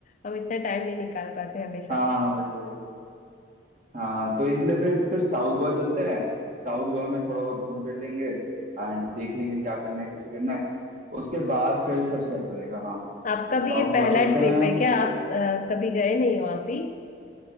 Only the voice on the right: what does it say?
हाँ हाँ हाँ, वही वही हाँ तो इसलिए फिर फिर साउथ गोवा चलते हैं साउथ गोवा में थोड़ा बहुत घूम फिर लेंगे एंड देख लेंगे क्या करना है कैसे करना है उसके बाद फिर सब सेट रहेगा हाँ तो
साउथ
गोवा चलते
हैं
फिर